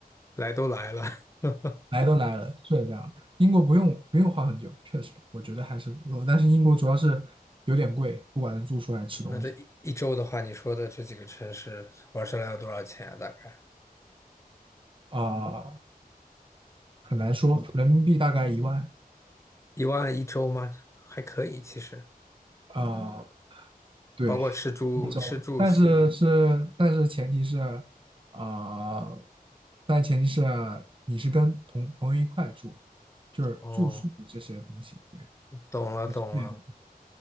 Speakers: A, on the left; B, on the right.
A: 来都来了。<laughs>
B: 来都来了，是这样。英国不用不用花很久，确实我觉得还是不够，但是英国主要是有点贵，不管是住宿还是吃东西
A: 那这一一周的话，你说的这几个城市玩下来要多少钱啊？大概
B: 啊。很难说，人民币大概一万，
A: 一万一周吗？还可以，其实
B: 呃，对，
A: 包括吃住吃住行。
B: 一周，但是是，但是前提是，啊，但前提是你是跟同朋友一块住，就是住宿这些东西，
A: 哦，
B: 对，
A: 懂了，
B: 那是这些东西。
A: 懂了，